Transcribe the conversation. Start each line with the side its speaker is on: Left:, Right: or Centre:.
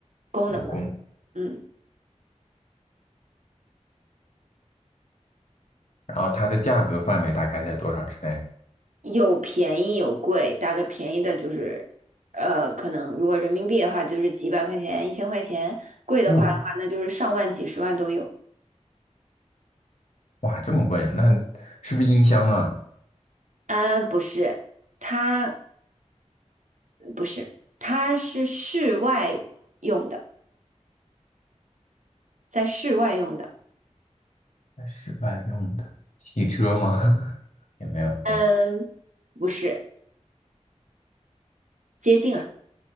Right: 功能的。
Left: 有功能
Right: 嗯，
Left: 然后它的价格范围大概在多少之内？
Right: 有便宜有贵，大概便宜的就是，呃，可能如果人民币的话，就是几百块钱、一千块钱；贵的话的话，
Left: 哇
Right: 那就是上万、几十万都有。
Left: 哇，这么贵，那是不是音箱啊？
Right: 啊，不是，它不是，它是室外用的，在室外用的。
Left: 在室外用的汽车吗？<laughs> 也没有没有，
Right: 嗯，不是，接近。啊。